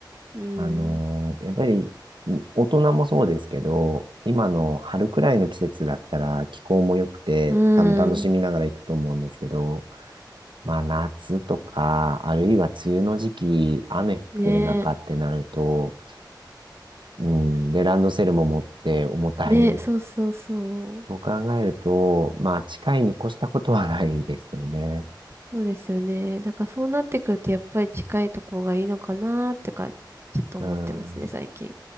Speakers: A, on the right (about 30°); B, on the right (about 85°).
A: うーん。
B: あのーやっぱり、大人もそうですけど、今の春くらいの季節だったら気候も良くて、
A: うーん。
B: 多分楽しみながら行くと思うんですけど、まあ夏とか、あるいは梅雨の時期、雨降ってる中ってなると、
A: ねえ。
B: うん、で、ランドセルも持って重たい
A: ねえ、そうそうそう。
B: そう考えると、まあ、近いに越したことはないですよね。
A: そうですよね。だからそうなってくるとやっぱり近いとこがいいのかなってか、ちょっと思ってますね、
B: うん、
A: 最近。